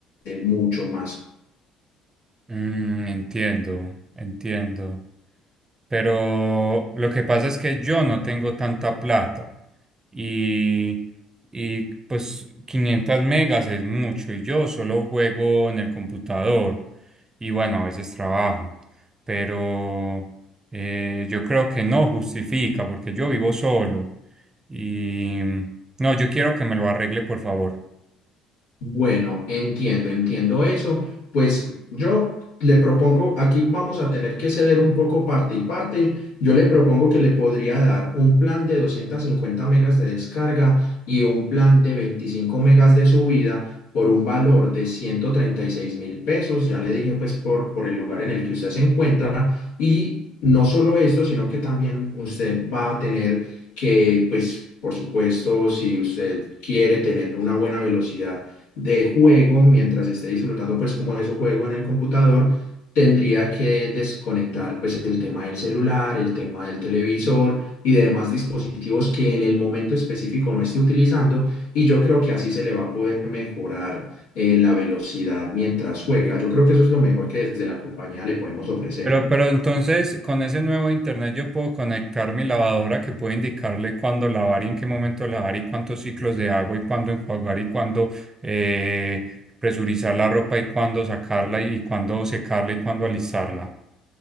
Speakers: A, on the left; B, on the right.
A: mucho más
B: Mm, entiendo, entiendo. pero lo que pasa es que yo no tengo tanta plata y, y pues 500 megas es mucho y yo solo juego en el computador y bueno, a veces trabajo, pero eh, yo creo que no justifica porque yo vivo solo y no, yo quiero que me lo arregle por favor.
A: Bueno, entiendo, entiendo eso. Pues yo le propongo, aquí vamos a tener que ceder un poco parte y parte. Yo le propongo que le podría dar un plan de 250 megas de descarga y un plan de 25 megas de subida por un valor de 136 mil pesos. Ya le dije pues por, por el lugar en el que usted se encuentra. Y no solo esto, sino que también usted va a tener que pues... Por supuesto, si usted quiere tener una buena velocidad de juego, mientras esté disfrutando pues como de su juego en el computador, tendría que desconectar pues el tema del celular, el tema del televisor y de demás dispositivos que en el momento específico no esté utilizando y yo creo que así se le va a poder mejorar eh, la velocidad mientras juega. Yo creo que eso es lo mejor que desde la compañía le podemos ofrecer.
B: Pero, pero entonces, con ese nuevo internet yo puedo conectar mi lavadora que puede indicarle cuándo lavar y en qué momento lavar y cuántos ciclos de agua y cuándo enjuagar y cuándo eh, presurizar la ropa y cuándo sacarla y cuándo secarla y cuándo alistarla.